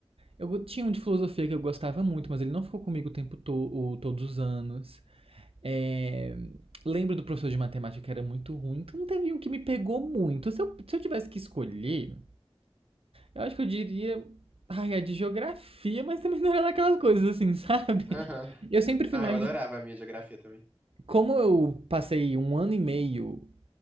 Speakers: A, on the right; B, on the right.
A: eu go- tinha um de filosofia que eu gostava muito, mas ele não ficou comigo o tempo to o- todos os anos. É, Lembro do professor de matemática que era muito ruim, então não teve um que me pegou muito. Se eu, se eu tivesse que escolher, eu acho que eu diria. Ai, a de geografia, mas também não era daquelas coisas assim, <laughs> sabe?
B: Aham.
A: Eu sempre fui
B: Ah,
A: mais.
B: eu adorava a minha geografia também.
A: Como eu passei um ano e meio